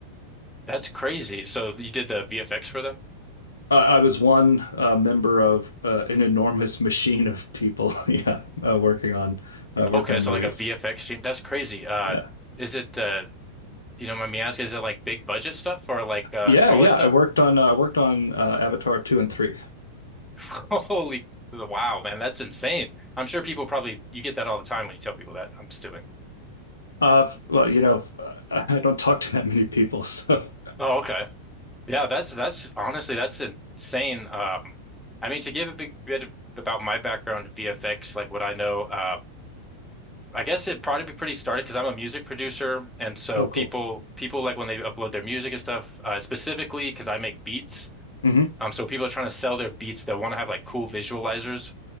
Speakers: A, in the centre; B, on the left.
A: That's crazy. So you did the VFX for them?
B: Uh, I was one uh, member of uh, an enormous machine of people. <laughs> Yeah, uh, working on uh, working
A: Okay,
B: on
A: so
B: movies.
A: like a VFX team. That's crazy. Uh,
B: Yeah,
A: is it? Uh, you don't mind me asking? Is it like big budget stuff or like uh,
B: yeah,
A: smaller
B: yeah.
A: stuff?
B: I worked on uh, I worked on uh, Avatar two and three.
A: <laughs> Holy wow, man, that's insane. I'm sure people probably you get that all the time when you tell people that. I'm assuming.
B: Uh, well, you know, <laughs> I don't talk to that many people, <laughs> so.
A: Oh, okay. Yeah, that's that's honestly that's insane. Um, I mean, to give a big bit about my background in VFX, like what I know. uh, I guess it'd probably be pretty started because I'm a music producer, and so
B: Oh,
A: people
B: cool.
A: people like when they upload their music and stuff, uh, specifically because I make beats.
B: hmm
A: Um, so people are trying to sell their beats. They'll want to have like cool visualizers,